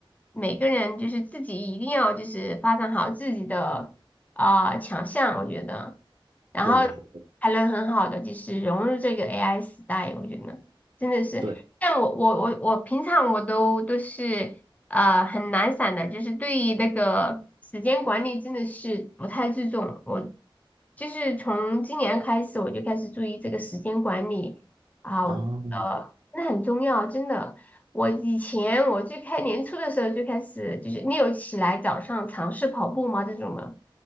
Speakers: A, on the left; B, on the right.
A: 每个人就是自己一定要就是发展好自己的啊、强项，我觉得。然后
B: 对
A: 还能很好的就是融入这个 AI 时代，我觉得真的是像我我我我平常我都都是呃很懒散的，
B: 对
A: 就是对于那个时间管理真的是不太注重。我就是从今年开始我就开始注意这个时间管理啊，
B: 啊，
A: 我呃真的很重要，真的。我以前我最开年初的时候就开始，就是你有起来早上尝试跑步吗？这种的。